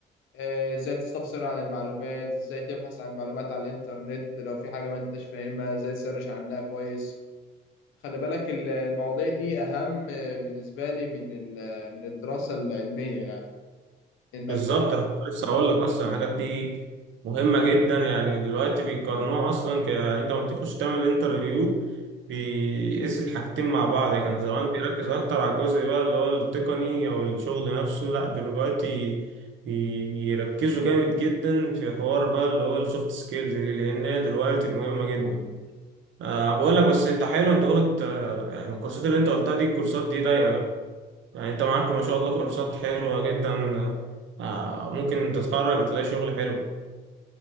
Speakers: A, on the left; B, on the right.
A: آه، ازاي تستفسر عن المعلومات ازاي تبحث عن المعلومات على الإنترنت لو في حاجة ما انتش فاهمها ازاي تسرش عنها كويس خلي بالك ال- المواضيع دي أهم آه، بالنسبة لي من ال- من الدراسة العلمية يعني إنك
B: بالظبط
A: ت-
B: أنا كنت لسه هقول لك اصلا الحاجات دي مهمه جدا يعني دلوقتي بيقارنوها اصلا ك... يعني انت ما بتخش تعمل انترفيو بيقيس الحاجتين مع بعض يعني كان زمان بيركز اكتر على الجزء بقى اللي هو التقني او الشغل نفسه لا دلوقتي بيركزوا جامد جدا في حوار بقى اللي هو السوفت سكيلز دي لان هي دلوقتي مهمه جدا أه بقول لك بس انت حلو انت قلت آه، يعني الكورسات اللي انت قلتها دي الكورسات دي ضايقه يعني انت معاك ما شاء الله كورسات حلوة جدا آه ممكن تتخرج تلاقي شغل حلو